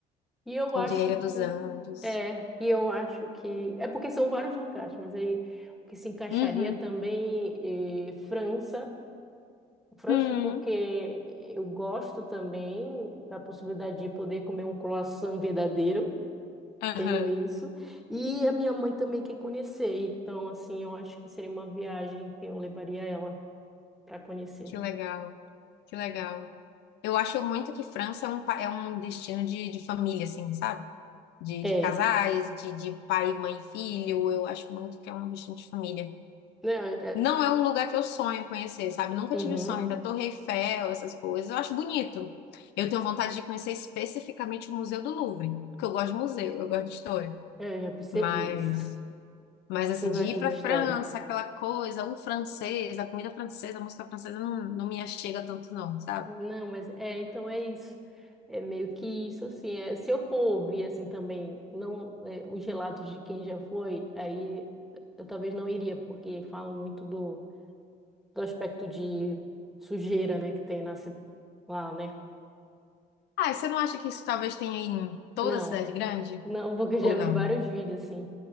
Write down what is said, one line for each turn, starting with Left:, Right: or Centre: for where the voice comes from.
Centre: E eu
Left: Cordilheira
Centre: acho
Left: dos
Centre: que
Left: Andes.
Centre: é, e eu acho que é porque são vários lugares, mas aí o que se encaixaria
Left: Uhum.
Centre: também eh, França. França,
Left: Uhum.
Centre: porque eu gosto também da possibilidade de poder comer um croissant verdadeiro,
Left: Aham.
Centre: tenho isso. E a minha mãe também quer conhecer, então, assim, eu acho que seria uma viagem que eu levaria ela para conhecer.
Left: Que legal, que legal. Eu acho muito que França é um, pa- é um destino de, de família, assim, sabe? de,
Centre: É,
Left: de casais, de, de pai, mãe, filho. Eu acho muito que é uma questão de família.
Centre: né? É,
Left: Não é um lugar que eu sonho conhecer, sabe? Nunca
Centre: uhum,
Left: tive o sonho da Torre Eiffel, essas coisas. Eu acho bonito. Eu tenho vontade de conhecer especificamente o Museu do Louvre, porque eu gosto de museu, eu gosto de história.
Centre: eu já percebi
Left: Mas,
Centre: isso. <laughs>
Left: mas assim,
Centre: Eu gosto
Left: de ir para
Centre: de história.
Left: França, aquela coisa, o francês, a comida francesa, a música francesa, não, não me achega tanto, não, sabe?
Centre: Não, mas é, então é isso. É meio que isso, assim. é, se eu for ouvir, assim, também, não, é, os relatos de quem já foi, aí eu talvez não iria, porque falam muito do, do aspecto de sujeira, né, que tem na, ci- lá, né?
Left: Ah, e você não acha que isso talvez tenha em toda
Centre: Não.
Left: a cidade grande?
Centre: Não, porque eu já
Left: Ou não?
Centre: vi vários vídeos assim,